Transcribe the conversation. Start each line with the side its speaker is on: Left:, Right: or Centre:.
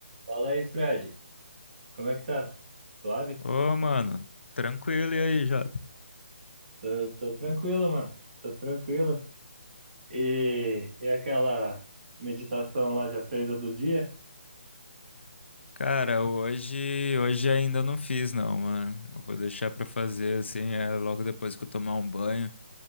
Right: Fala aí, Fred. Como é que tá? Suave?
Left: Ô, mano, tranquilo e aí, Jota?
Right: Tô, tô tranquilo, mano. Tô tranquilo. E, e aquela meditação lá já fez a do dia?
Left: Cara, hoje, hoje ainda não fiz não, mano. Eu vou deixar pra fazer assim, é, logo depois que eu tomar um banho.